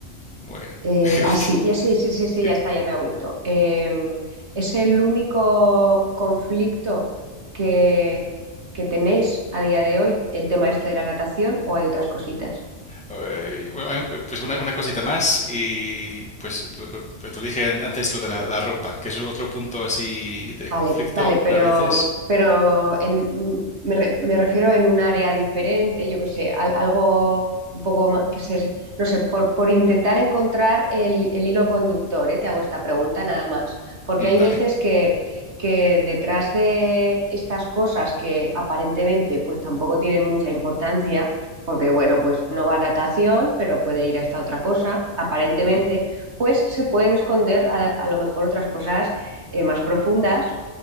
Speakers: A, in the centre; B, on the right (about 60°).
A: Bueno,
B: Eh,
A: <laughs> pero,
B: ah, sí, ya sí, sí, sí, sí,
A: dime.
B: ya está, ya me ha vuelto. Eh, es el único conflicto que, que tenéis a día de hoy, el tema este de la natación, o hay otras cositas.
A: Eh, bueno, em, pues una, una cosita más y pues, lo- lo- pues te lo dije an- antes lo de la, la ropa, que es otro punto así de
B: Vale,
A: conflicto
B: vale, pero,
A: a veces.
B: pero en, me, re- me refiero en un área diferente, yo qué sé, al- algo un poco más, que se, no sé, por, por intentar encontrar el, el hilo conductor, ¿eh? Te hago esta pregunta nada más, porque
A: Mm,
B: hay veces
A: ¿Vale?
B: que, que detrás de estas cosas que aparentemente pues tampoco tienen mucha importancia, porque bueno,
A: Mm,
B: pues no va a natación, pero puede ir a esta otra cosa, aparentemente,
A: ujú,
B: pues se pueden esconder a a lo mejor otras cosas eh, más profundas